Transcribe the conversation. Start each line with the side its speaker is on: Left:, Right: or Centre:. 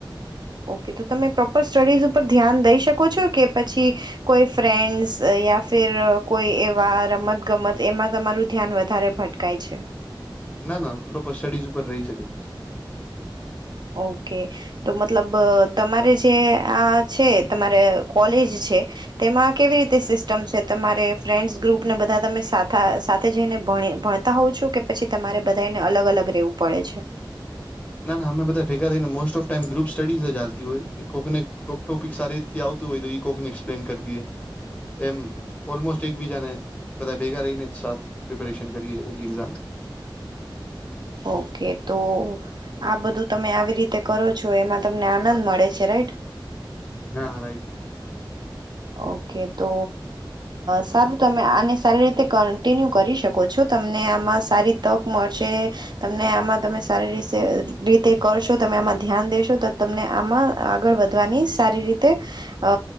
Right: ઓકે તો તમે પ્રોપર સ્ટડીઝ પર ધ્યાન દઈ શકો છો કે પછી કોઈ ફ્રેન્ડ્સ યા ફિર કોઈ એવા રમત ગમત એમાં તમારું ધ્યાન વધારે ભટકાય છે.
Left: ના ના પ્રોપર સ્ટડીઝ ઉપર રહી શકે.
Right: ઓકે તો મતલબ તમારે જે આ છે તમારે કોલેજ છે તેમાં કેવી રીતે સિસ્ટમ છે તમાર ફ્રેન્ડસ ગ્રુપને બધા તમે સાથા સાથે જઈને ભણે ભણતા હોઉ છું કે પછી તમારે બધા એને અલગ અલગ રેવું પડે છે?
Left: ના ના અમે બધા ભેગા રહીને most of time group studies હાલતી હોય કોકને કોક ટોપિક સારી રીથી આવતું હોય તો કોકને એક્સપ્લેન કરી દએ એમ ઓલમોસ્ટ એકબીજાને બધા ભેગા રહીને સા પ્રિપરેશન કરીએ બધી એક્ઝામ.
Right: ઓકે તો આ બધું તમે આવી રીતે કરો છો એમાં તમને આનંદ મળે છે રાઈટ?
Left: હા રાઈટ.
Right: ઓકે તો સારું તમે આને સારી રીતે કન્ટિન્યુ કરી શકો છો તમને આમાં સારી તક મળશે. તમને આમાં તમે સારી રીસે રીતે કરશો તમે આમાં ધ્યાન દેશો તો તમને આમાં આગળ વધવાની સારી રીતે અ